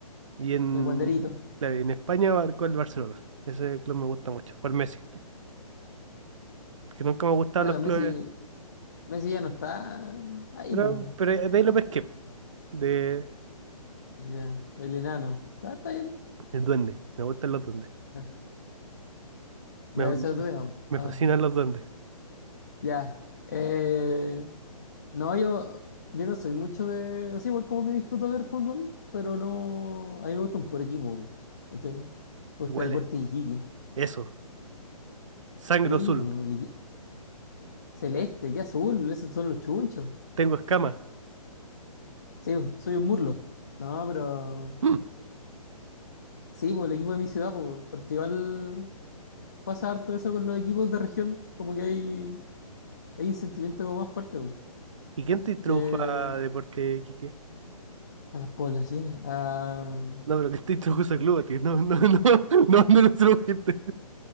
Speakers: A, on the right; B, on the left.
A: Y en,
B: el guanderito.
A: claro, y en España con el Barcelona. Ese club me gusta mucho, por Messi, porque nunca me han gustado
B: Ya,
A: los clubes,
B: Messi, Messi ya no está ahí,
A: pero,
B: pum.
A: pero de ahí lo pesqué, po, de
B: Ya, el enano. Ah, está bien.
A: el duende, me gustan los duendes,
B: Ya, ya,
A: me,
B: ese es otro tema. po.
A: me
B: Ah,
A: fascinan los duendes.
B: ya. Eh, no, yo, yo no soy mucho de. Así igual como que disfruto ver fútbol, pero no. A mí me gusta un puro equipo. po, ¿cachai? Me gusta
A: Huele.
B: Deportes Iquique.
A: Eso. Sangre
B: Sí,
A: azul.
B: pues. Celeste, qué azul, esos son los chunchos.
A: Tengo escamas.
B: Sí, bu, soy un Murloc. No, pero
A: Mm.
B: sí, por el equipo de mi ciudad, po, porque igual pasa harto eso con los equipos de región, como que hay, hay un sentimiento como más fuerte bu,
A: ¿Y quién te introdujo
B: que
A: a deporte, Quique?
B: a las poblaciones. A...
A: No, pero ¿quién te introdujo a club a ti? No, no, no. <laughs> No, no lo introdujiste.